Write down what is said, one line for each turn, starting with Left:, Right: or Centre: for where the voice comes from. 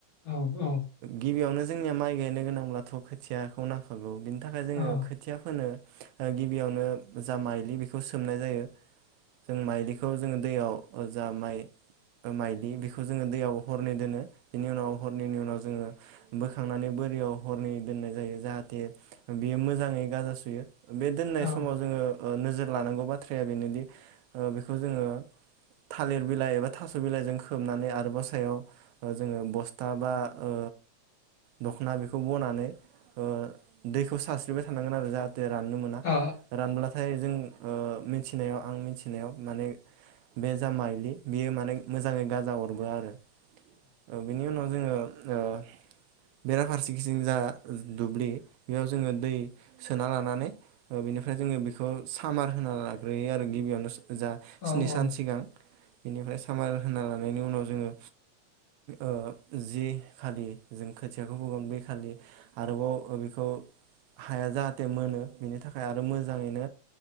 Left: औ औ
Right: गिबियावनो जोंनिया माइ गायनो गोनांब्लाथ' खोथियाखौ नांखागौ थाखाय जोङो
Left: औ
Right: खोथ फोनो ओ गिबियावनो जा माइलि बेखौ सोमनाय जायो जों माइलिखौ जोङो दैयाव जा माइ ओ माइलि बेखौ जोङो दैयाव हरनै दोनो बिनि उनाव हरनैनि उनाव जोङो बोखांनानै बोरियाव हरनै दोननाय जायो जाहाथे बेयो मोजाङै गाजा सुयो बे दोननाय
Left: औ
Right: समाव जोङो ओ नोजोर लानांगौ बाथ्राया बेनोदि ओ बेखौ जोङो थालिर बिलाइ एबा थास' बिलाइजों खोबनानै आरोबाव सायाव जोङो बस्था बा ओ दखना बेखौ बनानैखौ ओ दैखौ सारस्रिबाय थानांगोन आरो जाहा राननो मोना
Left: औ
Right: रानब्ला थाय जों ओ मिथिनायाव आं मिथिनायाव माने बे जा माइलि बियो माने मोजाङै गाजा अरबोआ आरो औ बिनि उनाव जोङो ओ बेराफारसेथिं जा दुब्लि बेयाव जोङो दै सोना लानानै ओ बेनिफ्राय जोङो बेखौ सामार होना लाग्रोयो आरो गिबियावनो जा
Left: औ
Right: स्नि सान सिगां बेनिफ्राय सामार होना लानायनि उनाव जोङो ओ जि खालि जों खोथियाखौ फोगोन बे खालि आरोबाव ओ बेखौ हाया जाहाथे मोनो बेनि थाखाय आरो मोजाङैनो